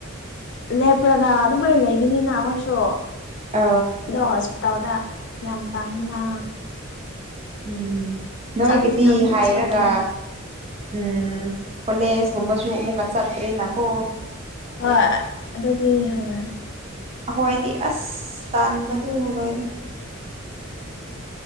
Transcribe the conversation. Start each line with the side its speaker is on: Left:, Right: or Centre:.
Left: ꯂꯦꯞꯔꯒ ꯑꯗꯨꯃꯥꯏꯅ ꯂꯩꯒꯅꯤꯅ ꯑꯩꯈꯣꯏꯁꯨ
Right: ꯑ
Left: ꯑꯗꯣ ꯍꯣꯁꯄꯤꯇꯥꯜꯗ ꯌꯥꯝ ꯇꯥꯡꯃꯤꯅ
Right: ꯎꯝ ꯅꯣꯏꯒꯤꯗꯤ
Left: ꯌꯦꯟꯁꯥꯡꯁꯨ
Right: ꯍꯥꯏꯔꯒ
Left: ꯇꯥꯡꯕꯅ
Right: ꯎꯝ ꯀꯣꯂꯦꯁ ꯒꯨꯝꯕꯁꯨꯨ ꯑꯃꯨꯀ ꯆꯠꯄꯅꯤꯅꯥꯀꯣ
Left: ꯍꯣꯏ ꯑꯗꯨꯗꯤ ꯍꯣꯏ
Right: ꯑꯩꯈꯣꯏꯗꯤ ꯑꯁ ꯇꯥꯟꯕꯗꯨ ꯂꯣꯏꯔꯦ